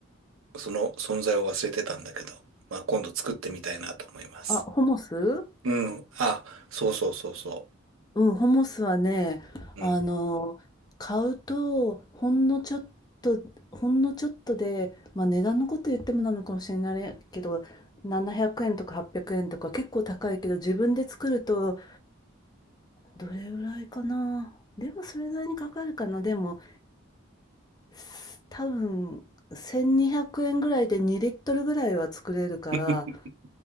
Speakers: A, on the right; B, on the left.
A: その存在を忘れてたんだけど、まあ、今度作ってみたいなと思います。
B: あ、ホモス
A: うん。あ、そうそうそうそ
B: うん、ホモスはね、
A: う。
B: あの、
A: うん。
B: 買うと、ほんのちょっと、ほんのちょっとで、まあ値段のこと言ってもなのかもしれないけど、700円とか800円とか結構高いけど、自分で作ると、どれぐらいかな。でもそれなりにかかるかな。でも、す多分、1200円ぐらいで2リットルぐらいは作れるから、
A: <laughs>